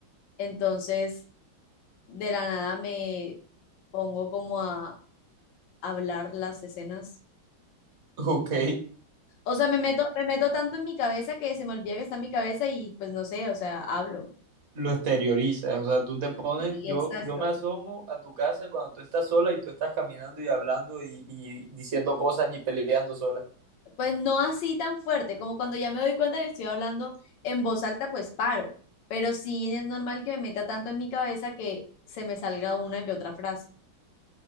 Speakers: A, on the left; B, on the right.
A: Entonces, de la nada me pongo como a hablar las escenas.
B: Ok,
A: O sea, me meto, me meto tanto en mi cabeza que se me olvida que está en mi cabeza y pues no sé, o sea, hablo.
B: lo exteriorizas, o sea, tú te pones,
A: Sí,
B: yo,
A: exacto.
B: yo me asomo a tu casa cuando tú estás sola y tú estás caminando y hablando y, y diciendo cosas y peleando sola.
A: Pues no así tan fuerte, como cuando ya me doy cuenta que estoy hablando en voz alta, pues paro. Pero sí es normal que me meta tanto en mi cabeza que se me salga una que otra frase.